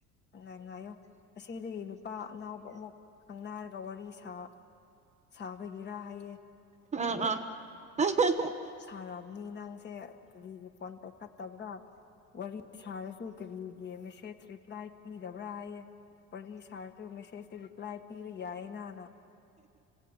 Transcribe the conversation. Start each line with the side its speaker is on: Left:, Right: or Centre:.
Left: ꯉꯥꯏ ꯉꯥꯏꯌꯣ ꯑꯁꯤꯗꯒꯤ ꯅꯨꯄꯥ ꯑꯅꯥꯎꯕ ꯑꯃꯨꯛ ꯈꯪꯅꯥꯔꯒ ꯋꯥꯔꯤ ꯁꯥ ꯁꯥꯕꯒꯤꯔꯥ ꯍꯥꯏꯌꯦ
Right: ꯑ ꯍ ꯎ
Left: ꯁꯥꯔꯝꯅꯤ ꯅꯪꯁꯦ ꯀꯨꯂꯤꯒꯤ ꯐꯣꯟ ꯄꯥꯏꯈꯠꯇꯕ꯭ꯔꯥ ꯋꯥꯔꯤ ꯁꯥꯔꯁꯨ ꯀꯔꯤꯒꯤ ꯃꯦꯁꯦꯁ ꯔꯤꯄ꯭ꯂꯥꯏ ꯄꯤꯗꯕ꯭ꯔꯥ ꯍꯥꯏꯌꯦꯦ ꯋꯥꯔꯤ ꯁꯥꯔꯁꯨ ꯃꯦꯁꯦꯁꯇ ꯔꯤꯄ꯭ꯂꯥꯏ ꯄꯤꯕ ꯌꯥꯏꯌꯦꯅꯥꯅ